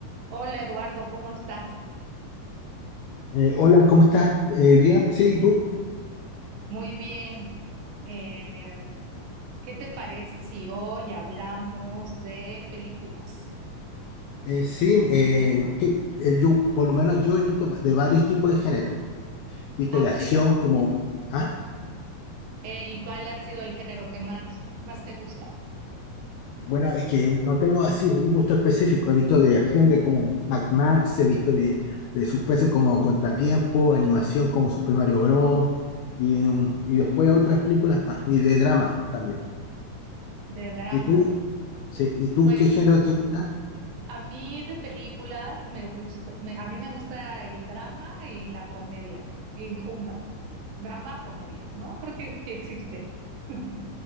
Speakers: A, on the right; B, on the left.
A: Hola Eduardo, ¿cómo estás?
B: Eh, hola, ¿cómo estás? Eh, bien, sí, ¿y tú?
A: Muy bien. Eh, ¿qué te parece si hoy hablamos de películas?
B: Eh, sí, eh, que, eh, yo, por lo menos yo he visto de varios tipos de género. He visto
A: Ah,
B: de acción
A: sí.
B: como... ¿Ah?
A: Eh, ¿y cuál ha sido el género que más, más te gusta?
B: Bueno, es que no tengo así un gusto específico. He visto de acción de como Mad Max, he visto de, de suspenso como Contratiempo, animación como Super Mario Bros. Y, mm, y después otras películas más. Y de drama también.
A: De drama.
B: ¿Y tú? Sí, ¿y tú
A: Pues
B: qué género te gusta?
A: a mí de películas me gusta, me- a mí me gusta el drama y la comedia, y junta. Drama, comedia, ¿no? Creo que sí existe. <laughs>